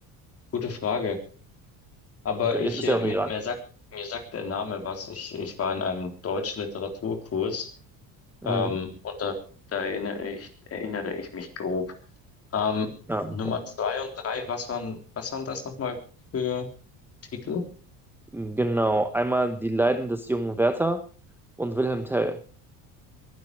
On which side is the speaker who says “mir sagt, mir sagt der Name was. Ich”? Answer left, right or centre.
Left